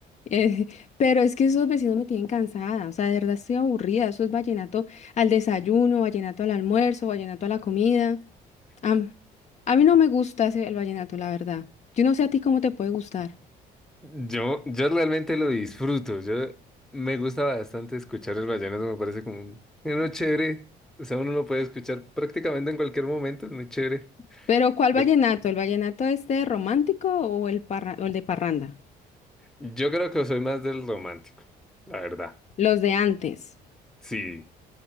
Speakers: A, on the left; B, in the centre.
A: eh, pero es que esos vecinos me tienen cansada, o sea, de verdad estoy aburrida. Eso es vallenato al desayuno, vallenato al almuerzo, vallenato a la comida. Am- a mí no me gusta ese, el vallenato, la verdad. Yo no sé a ti cómo te puede gustar.
B: Yo, yo realmente lo disfruto, yo me gusta bastante escuchar el vallenato, me parece como un- uno chévere, o sea, uno lo puede escuchar prácticamente en cualquier momento, es muy chévere.
A: Pero ¿cuál vallenato?
B: Yo,
A: ¿El vallenato este romántico o el, parra- o el de parranda?
B: yo creo que soy más del romántico, la verdad.
A: Los de antes.
B: Sí,